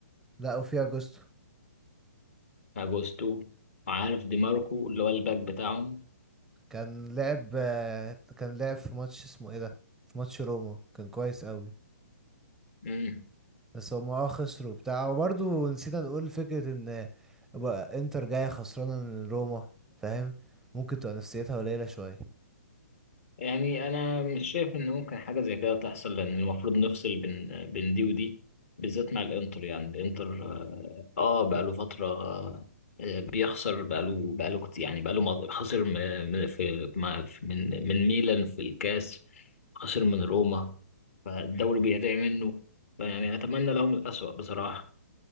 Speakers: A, in the centre; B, on the left.
A: لا وفي اجوستو
B: اجوستو وعارف دي ماركو اللي هو الباك بتاعهم
A: كان لعب آه، كان لعب في ماتش اسمه ايه ده في ماتش روما كان كويس قوي
B: مم.
A: بس هما اه خسروا بتاع وبرضو نسينا نقول فكرة ان بقى انتر جاية خسرانة من روما فاهم ممكن تبقى نفسيتها قليلة شوية <laughs>
B: يعني انا مش شايف ان ممكن حاجه زي كده تحصل لان المفروض نفصل بين بين دي ودي بالذات مع الانتر يعني الانتر اه آه، بقاله فتره آه بيخسر بقاله بقاله كتير يعني بقاله مض- خسر م- م- في مع- في- من من ميلان في الكاس خسر من روما فالدوري بيضيع منه فيعني اتمنى لهم الأسوأ بصراحه